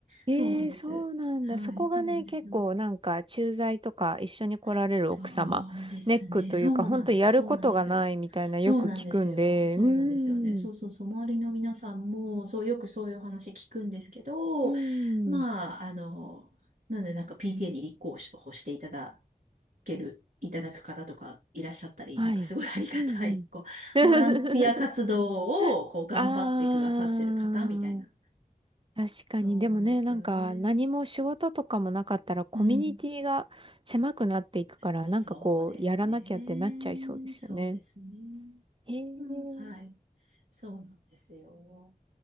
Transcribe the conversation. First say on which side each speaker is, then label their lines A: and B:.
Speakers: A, on the right; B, on the right.
A: ええ、
B: そうなんです。
A: そうなんだ。
B: はい、
A: そこがね、
B: そうなんですよ。
A: 結構なんか、駐在とか一緒に来られる奥様、
B: そうですね。
A: ネックというか、
B: そうなんです。
A: 本当やることがないみたいなよく聞くんで、
B: そうなんですよ。そうなんですよ。そうなんですよね。
A: うん。
B: そうそうそう。周りの皆さんも、そう、よくそういうお話聞くんですけど、
A: うん。
B: まあ、あの、なんでなんか PTA に立候補していただける、いただく方とかいらっしゃったり、
A: はい。
B: なんかすごいありがたい、
A: うんうん。
B: こう、ボランティア活動をこう頑張ってくださってる方みたいな
A: <laughs> ああ。確かに。
B: そうなんですよね。
A: でもね、なんか何も仕事とかもなかったらコミュニティが狭くなっていくから、
B: うん。そうですね。
A: なんかこう、やらなきゃってなっちゃいそうですよね。
B: そうですね。
A: へえ、い
B: うん、はい。そうなんですよ。